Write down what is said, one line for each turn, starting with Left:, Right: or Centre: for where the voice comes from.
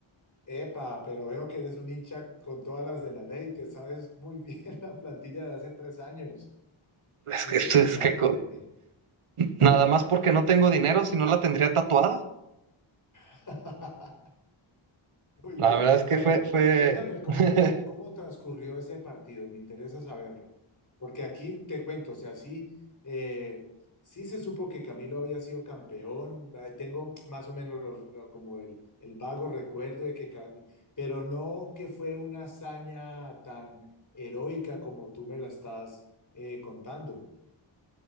Left: Epa, pero veo que eres un hincha con todas las de la ley, te sabes muy bien <laughs> la plantilla de hace tres años.
Right: Es
Left: Impresionante.
Right: que, es, es que nada más porque no tengo dinero, si no la tendría tatuada.
Left: <laughs> Muy
Right: La
Left: bien.
Right: verdad es que
Left: Bueno,
Right: fue, fue,
Left: cuéntame cómo,
Right: <laughs>
Left: cómo, cómo transcurrió ese partido. Me interesa saberlo. Porque aquí te cuento, o sea, sí, eh, sí se supo que Camilo había sido campeón. Eh, Tengo más o menos lo- lo- como el, el vago recuerdo de que, Ca- pero no que fue una hazaña tan heroica como tú me la estás eh, contando.